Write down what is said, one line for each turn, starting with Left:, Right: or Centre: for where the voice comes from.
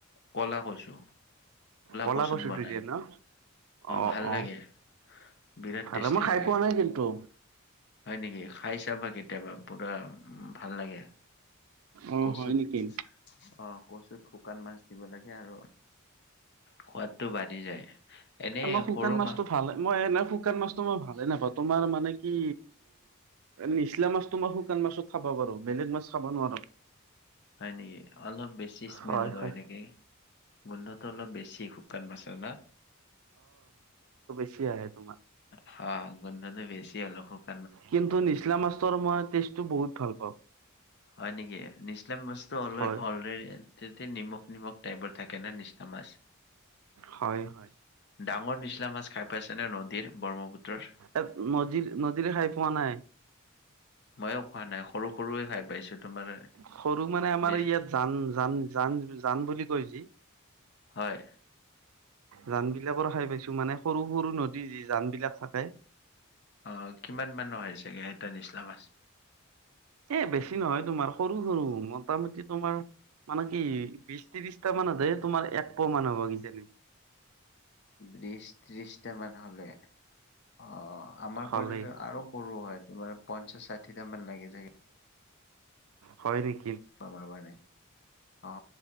Left: কলা কচু
Right: কলা
Left: কচুত
Right: কচুটো
Left: বনাই
Right: দিয়ে ন? অ',
Left: ভাল
Right: অ,
Left: লাগে বিৰাট
Right: ভাল
Left: টেষ্টি
Right: মই খাই
Left: লাগে
Right: পোৱা নাই কিন্তু।
Left: হয় নেকি খাই চা বা কে কেতিয়াবা পুৰা উ ভাল লাগে
Right: অ
Left: কচুত
Right: হয় নেকি
Left: অ, কচুত শুকান মাছ দিব লাগে আৰু সোৱাদটো বাঢ়ি যায়। এনে
Right: মই শুকান
Left: সৰু
Right: মাছতটো
Left: মাছ
Right: ভাল, মই এনে শুকান মাছ তোমাৰ ভালে নাপাওঁ তোমাৰ মানে কি নিচলা মাছোমাৰ শুকান মাছত খাবা পাৰু বেলেগ মাছ খাব নোৱাৰো।
Left: হয় নেকি অলপ বেছি স্মেল
Right: হয়
Left: কৰে
Right: হয়
Left: নেকি? গোন্ধটো অলপ বেছি কণ মছ ন
Right: চিৰ
Left: হা গডাটো বেছি অলপ শু
Right: কিন্তু নিচলাম মষ্টৰ মই বহুত ভাল পাওঁ।
Left: হয় নেকি? নিছলাম মছো অলৰে
Right: হয়
Left: তেতে নিমখ-নিমখ টাইপৰ থাকে ন নিচনা মাছ।
Right: হয়' হয়'
Left: ডাঙৰ নিচলা মাছ খাই পাইছেনে নদীৰ ব্ৰহ্মপুত্ৰৰ
Right: এ নদীৰ নদীৰে খাই পোৱা নাই।
Left: ময়ো খোৱা নাই সৰু সৰুৱে খাই পাইছো। তোমাৰ
Right: সৰু মানে আমাৰ
Left: বেছ
Right: ইয়াত জান জান জান জান বুলি কৈ জি।
Left: হয়।
Right: জান বিলাকৰ খাই পাইছো মানে সৰু সৰু নদী যি জান বিলাক থাকে।
Left: অ' কিমান মান হয় চাগে এটা নিচলা মাছ।
Right: এ বেছি নহয় তোমাৰ সৰু সৰু মোটামুটি তোমাৰ মানে কি বিশ ত্ৰিশটা মান তোমাৰ একপোৱা মান হ'ব কিজানি?
Left: বিশ ত্ৰিশটা মান হ'লে অ' আমাৰ
Right: হ'লেই
Left: ফালেটো আৰু সৰু হয়। তোমাৰ পঞ্চশ ষাঠিটামান লাগে চাগে?
Right: হয় নিক
Left: আমাৰ মানে অ